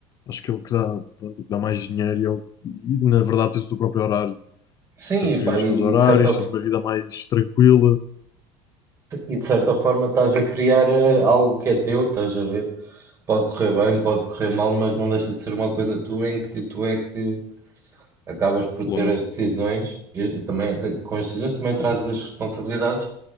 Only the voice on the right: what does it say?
Sim,
e,
pá,
e,
e de certa
E de certa forma estás a criar eh, algo que é teu, estás a ver? Pode correr bem, pode correr mal, mas não deixa de ser uma coisa tua em que tu é que acabas por
ter as decisões e também eh, com as decisões também trazes as responsabilidades,